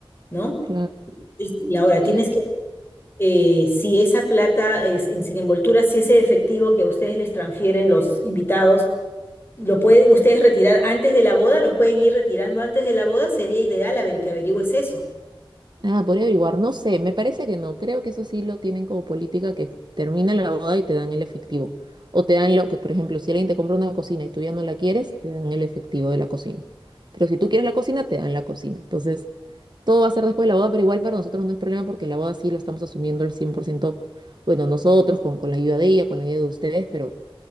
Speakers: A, on the left; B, on the right.
A: ¿no?
B: Claro.
A: Es- Y ahora
B: Sí,
A: tienes que, eh, si esa plata es en, sin envoltura, si ese efectivo que a ustedes les transfieren los invitados, lo pueden ustedes retirar antes de la boda, los pueden ir retirando antes de la boda, sería ideal a ver que averigües eso.
B: Ah, podría averiguar, no sé, me parece que no, creo que eso sí lo tienen como política que termina la boda y te dan el efectivo. O te dan lo que, por ejemplo, si alguien te compra una cocina y tú ya no la quieres, te dan el efectivo de la cocina. Pero si tú quieres la cocina, te dan la cocina. Entonces, todo va a ser después de la boda, pero igual para nosotros no es problema porque la boda sí lo estamos asumiendo al 100%. bueno, nosotros, con, con la ayuda de ella, con la ayuda de ustedes, pero